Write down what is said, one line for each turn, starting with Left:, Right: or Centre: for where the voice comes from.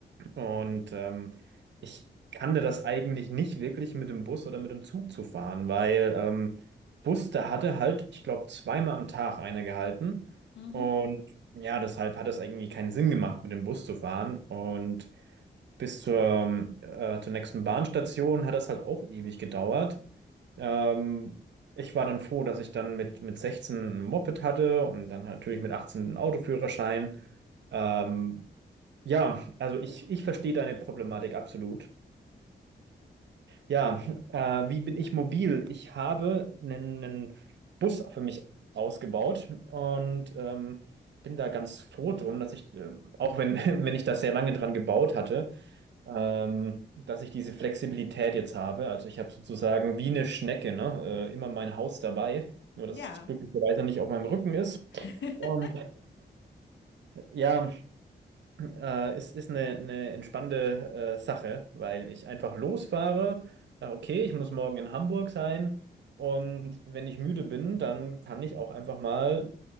Right: Und ähm, ich kannte das eigentlich nicht wirklich mit dem Bus oder mit dem Zug zu fahren, weil ähm, Bus, da hatte halt, ich glaube, zweimal am Tag einer gehalten.
Left: Mhm.
Right: Und ja, deshalb hat es irgendwie keinen Sinn gemacht, mit dem Bus zu fahren. Und bis zur, ähm, äh, zur nächsten Bahnstation hat das halt auch ewig gedauert. Ähm, ich war dann froh, dass ich dann mit, mit 16 ein Moped hatte und dann natürlich mit 18 einen Autoführerschein. Ähm, ja, also ich, ich verstehe deine Problematik absolut. Ja, äh, wie bin ich mobil? Ich habe einen, einen Bus für mich ausgebaut und ähm, bin da ganz froh drum, dass ich, äh, auch wenn, <laughs> wenn ich das sehr lange dran gebaut hatte, ähm, dass ich diese Flexibilität jetzt habe. Also ich habe sozusagen wie eine Schnecke, ne? Äh, immer mein Haus dabei, nur dass
Left: Ja.
Right: es glücklicherweise nicht auf meinem Rücken ist.
Left: <laughs>
Right: Und <laughs> ja, Äh, ist, ist eine, eine entspannende äh, Sache, weil ich einfach losfahre, sage, okay, ich muss morgen in Hamburg sein und wenn ich müde bin, dann kann ich auch einfach mal